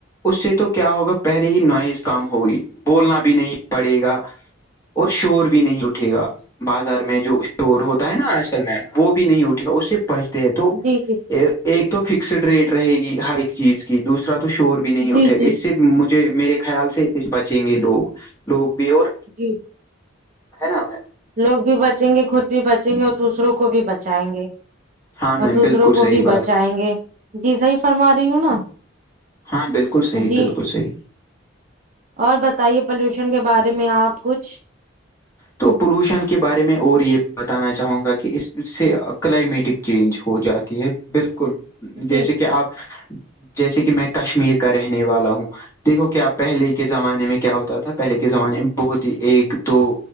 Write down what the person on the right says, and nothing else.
جی جی
جی
جی
جی
لوگ بھی بچیں گے خود بھی بچیں گے دوسروں کو بھی بچائیں گے
اور
دوسروں
کو
بھی
بچائیں گے جی صحیح فرما رہی ہوں نا
جی
اور بتائیے پولوشن کے بارے میں آپ کچھ
جی